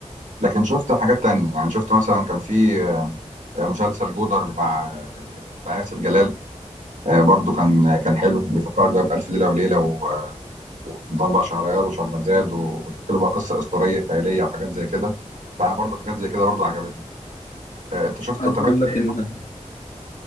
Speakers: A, on the right (about 80°); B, on the left (about 70°).
A: لكن شفت حاجات تانية يعني شفت مثلا كان في آه، مسلسل جودر بتاع بتاع ياسر جلال آه، برضو كان كان حلو بيفكرك بقى بألف ليلة وليلة و- ونظام بقى شهريار وشهرزاد و- وتحكي له بقى قصة أسطورية خيالية وحاجات زي كده فبرضو حاجات زي كده برضو عجبتني آه، انت شفت
B: عايز
A: تابعت
B: أقول لك
A: اي
B: إن